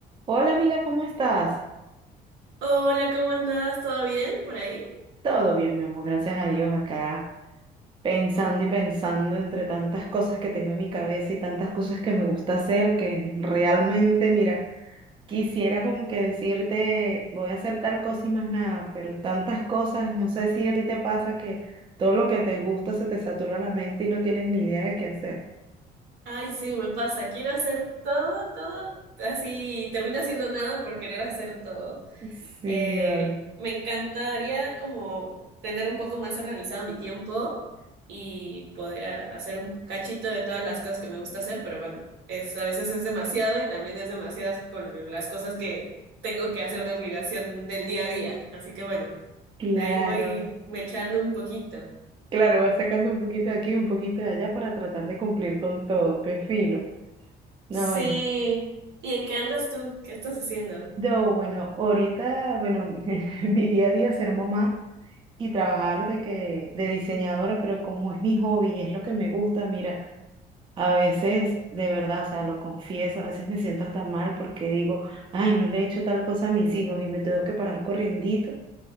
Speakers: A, on the right; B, on the right.
A: Hola amiga, ¿cómo estás?
B: Hola, ¿cómo andas? ¿Todo bien por ahí?
A: Todo bien, mi amor, gracias a Dios acá, pensando y pensando entre tantas cosas que tengo en mi cabeza y tantas cosas que me gusta hacer, que realmente, mira, quisiera como que decirte, voy a hacer tal cosa y más nada, pero tantas cosas, no sé si a ti te pasa que todo lo que te gusta se te satura la mente y no tienes ni idea de qué hacer.
B: Ay, sí, me pasa. Quiero hacer todo, todo, así termino haciendo nada por querer hacer todo.
A: Sí,
B: Eh,
A: vale.
B: me encantaría como tener un poco más organizado mi tiempo y poder a- hacer un cachito de todas las cosas que me gusta hacer, pero bueno, es, a veces es demasiado y también es demasiadas con las cosas que tengo que hacer de obligación del día a día. Así que bueno,
A: Claro,
B: de ahí voy me echando un poquito.
A: claro, vas sacando un poquito de aquí, un poquito de allá para tratar de cumplir con todo, qué fino. No,
B: Sí.
A: oye.
B: ¿Y en qué andas tú? ¿Qué estás haciendo?
A: Yo, bueno, ahorita, bueno, <laughs> mi día a día es ser mamá y trabajar de que de diseñadora, pero como es mi hobby y es lo que me gusta, mira, a veces, de verdad, o sea, lo confieso, a veces me siento hasta mal porque digo, ay, no le he hecho tal cosa a mis hijos y me tengo que parar corriendito